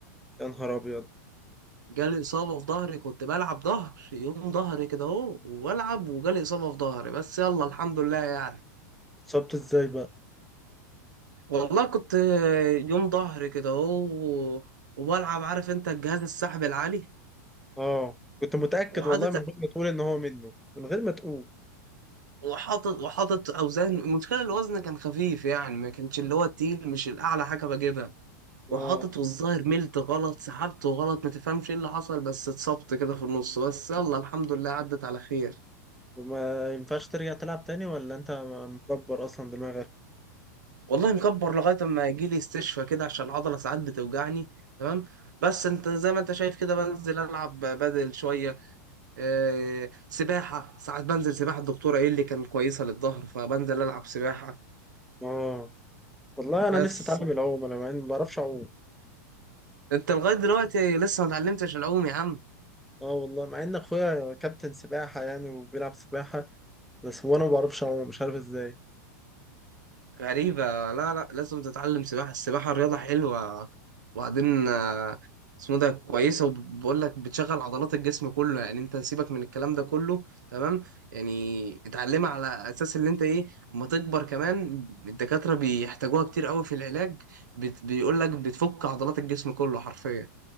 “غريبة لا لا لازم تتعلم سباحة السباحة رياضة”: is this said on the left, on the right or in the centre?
Right